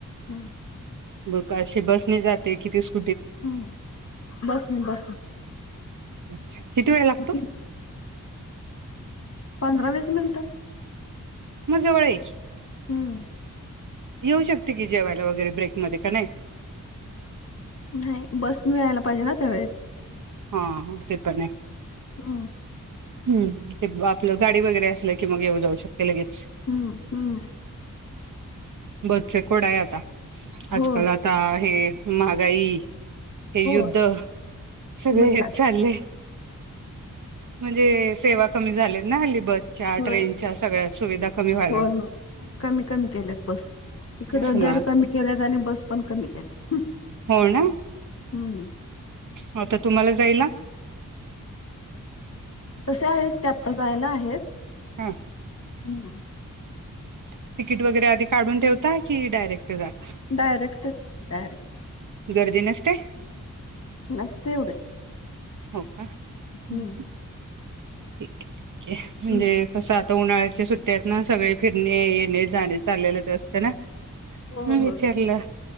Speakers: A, on the left (about 45°); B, on the right (about 65°).
A: हम्
B: ब अशी बसनी जाते कि त
A: हम् बसनी बसनी
B: अच्छा किती वेळ लागतो.
A: स्कुटीनी पंधरा वीस मिनिटं
B: मग जवळ ये की.
A: हम्म
B: येऊ शकते की जेवायला वगैरे ब्रेकमध्ये का नाही.
A: नाही बस मिळायला पाहिजे ना त्या वळेत.
B: हा ते पण आहे.
A: हम
B: हम ते आपलं गाडी वगैरे असल की मग येऊ जाऊ शकते लगेच.
A: हम्म हम्म
B: बसचे कोड आहे आता आजकाल
A: हो
B: आता हे महागाई हे
A: हो
B: युद्ध सगळे
A: मग
B: हेचं
A: काय
B: चालले. म्हणजे सेवा कमी झाली ना हली बसच्या
A: होय
B: ट्रेनच्या सगळ्या सुविधा कमी व्हायला
A: होय
B: लागल्यात.
A: हो कमी कमी केल्यात बस इकड
B: ना
A: दर कमी केल्यात आणि बस पण कमी केल्यात.
B: हो ना
A: हम्म
B: हो तर तुम्हाला जाईला.
A: तसे आहेत कीं आता जायला आहेत.
B: हा
A: हम्म
B: तिकीट वगैरे आधी काढून ठेवता की डायरेक्ट जाता.
A: डायरेक्टच डायरेक्टच
B: गर्दी नसते
A: नसते एवढे
B: हो का ठीक
A: हम्म
B: ये ठीक ये म्हणजे
A: हम्म
B: तसं आता उन्हाळ्याच्या सुट्ट्या आहेत ना सगळे फिरणे येणे जाणे चाललेलंच असतं ना.
A: हो
B: ह विचारलं
A: हो